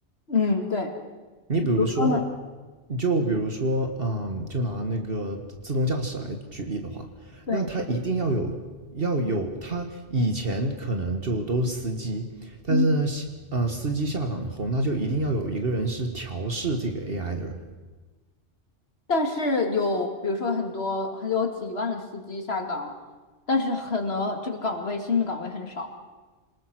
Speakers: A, on the left; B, on the right.
A: 嗯，对，
B: 你比如说，
A: 比如说呢？
B: 就比如说，嗯，就拿那个自动驾驶来举例的话，
A: 对，
B: 那它一定要有要有，它以前可能就都是司机，但是呢，
A: 嗯，
B: 西呃，司机下岗以后，那就一定要有一个人是调试这个 AI 的人。
A: 但是有，比如说很多，很有几万的司机下岗，但是可能这个岗位新的岗位很少。